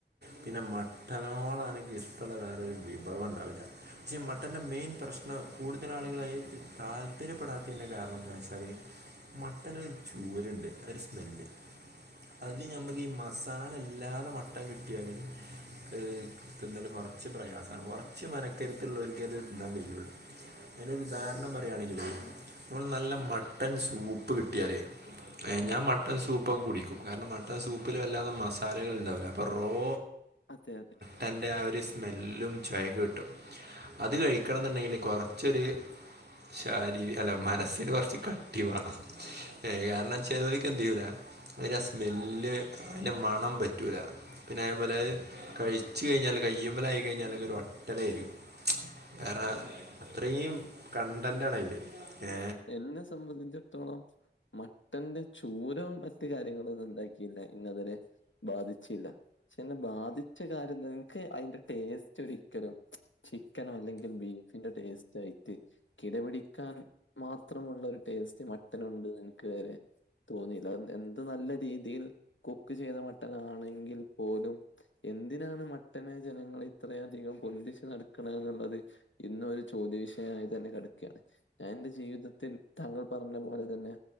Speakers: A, on the right; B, on the left.
A: പിന്നെ മട്ടനോള എനിക്ക് ഇഷ്ടമുള്ള വേറെ ഒരു വിഭവം ഉണ്ടാവില്ല പക്ഷേ മട്ടന്റെ മെയിൻ പ്രശ്നം കൂടുതൽ ആളുകളായി താല്പര്യപ്പെടാത്തതിന്റെ കാരണം എന്താ വെച്ചാല് മട്ടന് ഒരു ചൂരുണ്ട് അ ഒരു സ്മെല്ല് അത് നമ്മക്ക് ഈ മസാല ഇല്ലാതെ മട്ടൻ കിട്ടിയല് ഏ തിന്നല് കുറച്ച് പ്രയാസമാണ് കുറച്ച് മനക്കരുത്തുള്ളവർക്ക് അത് തിന്നാൻ കയിയുള്ളൂ അതിനൊരു ഉദാഹരണം
B: എനിക്ക്
A: പറയുകയാണെങ്കിൽ നമ്മൾ നല്ല മട്ടൻ സൂപ്പ് കിട്ടിയാലേ
B: ഉം
A: ഞൻ മട്ടൺ സൂപ്പൊക്കെ കുടിക്കും കാരണം മട്ടൺ സൂപ്പിൽ വല്ലാതെ മസാലകൾ ഉണ്ടാവില്ല അപ്പൊ റോ
B: അതെ അതെ
A: ത്റെ ആ ഒരു സ്മെല്ലും ചായക്ക് കിട്ടും അത് കഴിക്കണം എന്നുണ്ടെങ്കില് കൊറച്ചൊരു ശാരീരി അല്ല മനസ്സിന് കുറച്ച് കട്ടി വേണം ഏ കാരണംച്ചേലവലക്ക് എന്ത്‌ ചെയ്യൂല അതിന്റെ സ്മെല്ല് അതിറെ മണം പറ്റൂല പിന്നെ അതേപോലെ കഴിച്ചു കഴിഞ്ഞാല് കയ്യുമ്മല ആയി കഴിഞ്ഞാൽ ഒരു ഒട്ടലായിരിക്കും വേറെ അത്രയും കണ്ടന്റ് ആണ അതില് ഏ
B: എന്നെ സംബന്ധിച്ചിടത്തോളം മട്ടന്റെ ചൂരവും മറ്റു കാര്യങ്ങളും ഒന്ന ഉണ്ടാക്കിയില്ല ഇങ്ങ അതിെ ബാധിച്ചില്ല ക്ഷെ എന്നെ ബാധിച്ച കാര്യന്താ അതിന്റെ ടേസ്റ്റ് ഒരിക്കലും ചിക്കന അല്ലെങ്കിൽ ബീഫിന്റെ ടേസ്റ്റ് ആയിട്ട് കിടപിടിക്കാൻ മാത്രമുള്ള ഒരു ടേസ്റ്റ് മട്ടൻ ഉണ്ട്ന്ന് എനിക്ക് വരെ തോന്നിയില്ല എന്ത് നല്ല രീതിയിൽ കുക്ക് ചെയ്ത മട്ടനാണെങ്കിൽ പോലും എന്തിനാണ് മട്ടനെ ജനങ്ങൾ ഇത്രയധികം പൊന്തിച്ച് നടക്കണ എന്നുള്ളത് ഇന്ന്‌ ഒരു ചോദ്യ വിഷയമായിത് തന്നെ കിടക്കാണ് ഞാൻ എറെ ജീവിതത്തിൽ താങ്കൾ പറഞ്ഞ പോലെ തന്നെ